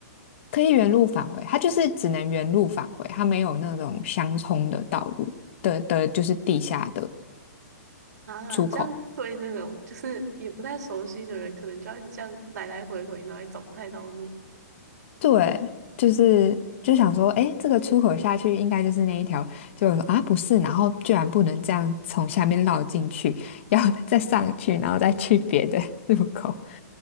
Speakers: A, on the left; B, on the right.
A: 可以原路返回，它就是只能原路返回，它没有那种相冲的道路的的，就是地下的
B: 啊？
A: 出口。
B: 这样对那种就是也不太熟悉的人，可能就要一直这样来来回回，然后也找不太到路。
A: 对，就是就想说，哎，这个出口下去应该就是那一条，就说啊不是，然后居然不能这样从下面绕进去，要 <laughs> 再上去，然后再去别的 <laughs> 入口。